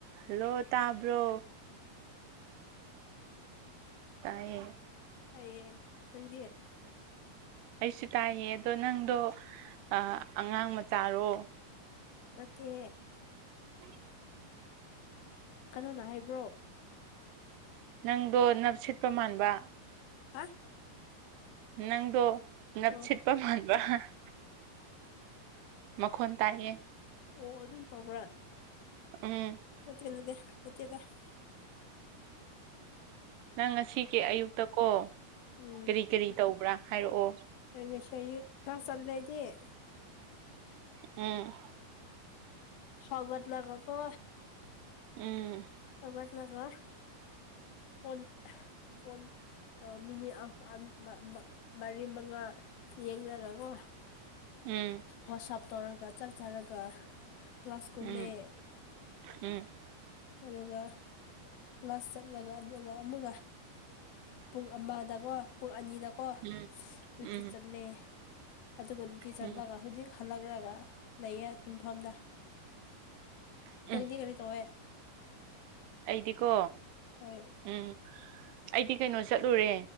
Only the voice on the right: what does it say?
ꯍꯜꯂꯣ ꯇꯥꯕ꯭ꯔꯣ ꯇꯥꯏꯌꯦ
ꯑꯩꯁꯨ ꯇꯥꯏꯌꯦ ꯑꯗꯣ ꯅꯪꯗꯣ ꯑ ꯑꯉꯥꯡ ꯃꯆꯥꯔꯣ
<inaudible>
ꯅꯪꯗꯣ ꯅꯞ ꯁꯤꯠꯄ ꯃꯥꯟꯕ
ꯅꯪꯗꯣ ꯅꯥꯞ
ꯁꯤꯠ <unintelligible> ꯃꯈꯣꯟ ꯇꯥꯏꯍꯦ
ꯎꯝ
ꯅꯪ ꯉꯁꯤꯒꯤ ꯑꯌꯨꯛꯇ ꯀꯣ
ꯀꯔꯤ ꯀꯔꯤ ꯇꯧꯕ꯭ꯔꯥ ꯍꯥꯏꯔꯛꯑꯣ
ꯎꯝ
ꯎꯝ
ꯎꯝ
ꯎꯝ ꯎꯝ
ꯎꯝ
ꯎꯝ
ꯎꯝ
ꯎꯝ
ꯑꯩꯗꯤꯀꯣ
ꯎꯝ ꯑꯩꯗꯤ ꯀꯩꯅꯣ ꯆꯠꯂꯨꯔꯦ